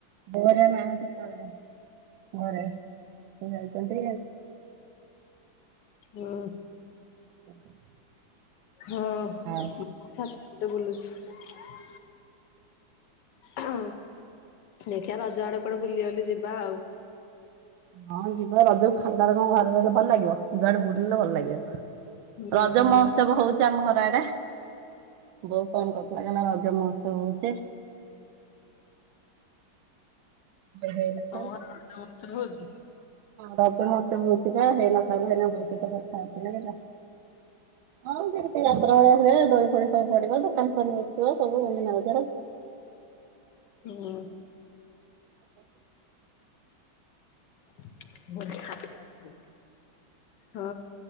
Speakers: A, on the right; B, on the left.
A: ଘରେ ନାହାଁନ୍ତି ପରା ଘରେ। ସେ ଯାଇଛନ୍ତି
B: ହୁଁ।
A: <unintelligible>
B: ହଁ
A: ଆଉ
B: ଛାତ ଉପରେ ବୁଲୁଛି। <unintelligible> ହଁ ଦେଖିବା ରଜ ଆଡେ କୁଆଡେ ବୁଲି ବାଲି ଯିବା ଆଉ।
A: ହଁ ଯିବା ରଜକୁ ଖାଲିଟାରେ କଣ ଘରେ ରହିଲେ ଭଲ ଲାଗିବ। ଜୁଆଡେ ବୁଲିଲେ ଭଲ ଲାଗିବ।
B: ହୁଁ
A: ରଜ ମ ହୋତ୍ସବ ହଉଚି ଆମ ଘରଆଡେ ବୋଉ ଫୋନ୍ କରିଥିଲା କହିଲା ରଜ ମହୋତ୍ସବ ହଉଚି। ହେଇନଥାନ୍ତା
B: ତମ ଘରେ ରଜ ମହୋତ୍ସବ ହଉଛି?
A: ରଜ ମହୋତ୍ସବ ହଉଚି ବା <inaudible> ହେଇନଥା ହେଇନା ବୁଝି କଥା। ହଁ ସେମ୍ ତି ଯାତ୍ରାଭଳିଆ ହୁଏ ଦୋଳି ଫୋଳି ସବୁ ପଡିବ ଦୋକାନ ଦୋକାନ ବସିବ ସବୁ ମିନା ବଜାର।
B: ହୁଁ। <unintelligible> ହଁ